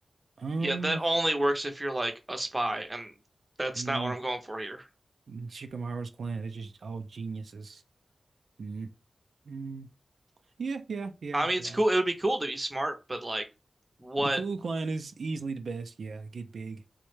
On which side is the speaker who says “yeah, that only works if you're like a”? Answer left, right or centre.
Right